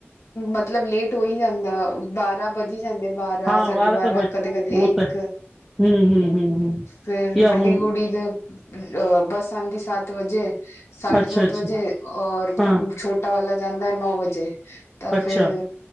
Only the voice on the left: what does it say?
ਮਤਲਬ ਲੇਟ ਹੋ ਹੀ ਜਾਂਦਾ ਬਾਰਾਂ। ਵੱਜ ਜਾਂਦੇ ਬਾਰਾਂ
ਸਾਡੇ
ਬਾਰਾਂ
ਕਦੇ ਕਦੇ
ਇੱਕ।
ਫੇਰ
ਵੱਡੀ
ਕੁੜੀ ਦੇ। ਅ ਬੱਸ ਆਂਦੀ ਸੱਤ ਵਜੇ ਸਾਢੇ
ਸੱਤ
ਵਜੇ ਔਰ।
ਛੋਟਾ ਵਾਲਾ ਜਾਂਦਾ ਹੈ ਨੌ ਵਜੇ ਤਾਂ
ਫੇਰ